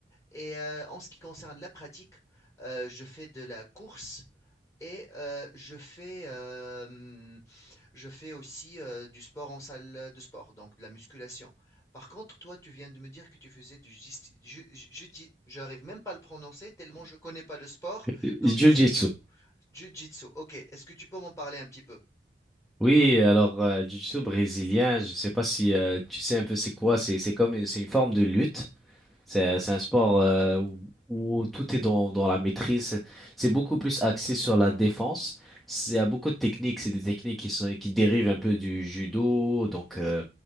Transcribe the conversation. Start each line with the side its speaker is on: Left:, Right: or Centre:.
Left: Et euh, en ce qui concerne la pratique, euh, je fais de la course et euh, je fais, euh, hum, je fais aussi euh, du sport en salle de sport, donc de la musculation. Par contre, toi, tu viens de me dire que tu faisais du gis- ju- ju- judi- je n'arrive même pas à le prononcer tellement je connais pas le sport.
Centre: Euh,
Left: Donc,
Centre: Jiu-jitsu.
Left: est-ce que tu jiu-jitsu, ok, est-ce que tu peux m'en parler un petit peu?
Centre: Oui, alors, euh, jiu-jitsu brésilien, je sais pas si euh, tu sais un peu c'est quoi. C'est, c'est comme, une- c'est une forme de lutte. C'est, c'est un sport euh, où où tout est dans, dans la maîtrise. C'est c'est beaucoup plus axé sur la défense. C'est- Il y a beaucoup de techniques. C'est des techniques qui sont, qui dérivent un peu du judo. Donc, euh,